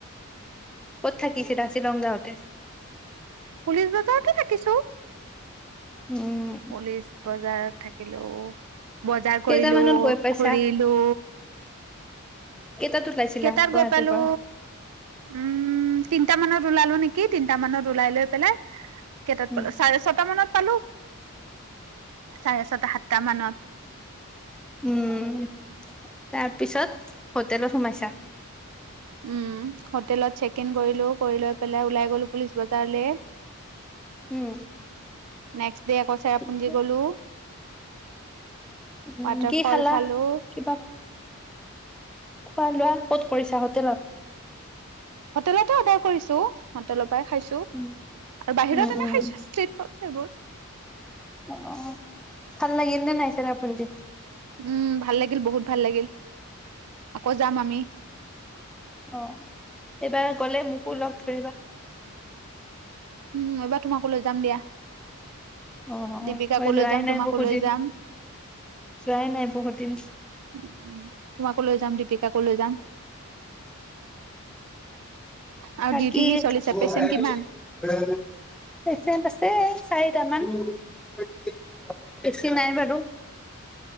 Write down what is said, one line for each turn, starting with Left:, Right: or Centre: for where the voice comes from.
Centre: ক'ত থাকিছেটা শ্বিলংগা হটে
Right: পুলিচ বততে থাকিছ
Centre: উম
Right: পুলিচ বজাৰত থাকিলো বজাৰ
Centre: কেইটামানত
Right: কৰিলো
Centre: গৈ পাইছা
Right: ঘুৰিলো
Centre: কেইটাত ওলাইছিলা
Right: কেইটাত
Centre: গুৱাহাটীৰ
Right: গৈ পালো
Centre: পৰা
Right: উম তিনটা মানত ওলালো নেকি তিনটা মানত ওলাই লৈ পেলাই কটাত
Centre: উম
Right: পালো চাৰে ছটা মানত পালো চাৰে ছটা সাতটা মানত
Centre: উম তাৰ পিছত হটেলত সোমায়ছা?
Right: উম হোটেলত চেক ইন কৰিলো কৰি লৈ পেলাই ওলাই গলো পুলিচ বজাৰলৈ
Centre: উম
Right: নেকসট দেয়া কচেৰা
Centre: ঠিকে
Right: পুঞ্জী গলো
Centre: উম
Right: ৱাটাৰ
Centre: কি
Right: ফল
Centre: খালা
Right: চালো
Centre: কিবা খোৱা লোৱা ক'ত পৰিছা হোটেলত?
Right: হোটেলতে অৰ্ডাৰ কৰিছো হোটেলৰ পৰাই খাইছো
Centre: উম
Right: আৰু বাহিৰত
Centre: উম
Right: এনে
Centre: উম
Right: খাইছো ষ্টট ফড সেইবোৰ
Centre: অ ভাল লাগিল নে নাই ছেৰাপুঞ্জিত
Right: উম ভাল লাগিল বহুত ভাল লাগিল আকৌ যাম আমি
Centre: অ এইবাৰ গ'লে মোকোকো লগ ধৰিবা
Right: উম এইবাৰ তোমাকো লৈ যাম দিয়া
Centre: অ
Right: দীপিকাকো
Centre: মই যোৱাই
Right: লৈ যাম
Centre: নাই
Right: তোমাকো
Centre: বহুত
Right: লৈ
Centre: দিন
Right: যাম
Centre: যোৱাই নাই বহুত দিন
Right: উ তোমাকো লৈ যাম দীপিকাকো লৈ যাম আৰু
Centre: বাকি
Right: ডিউটি কি চলিছে
Centre: পেচেণ্ট
Right: পেচেণ্ট কিমান?
Centre: আছে চাৰিটামান বেছি নাই বাৰু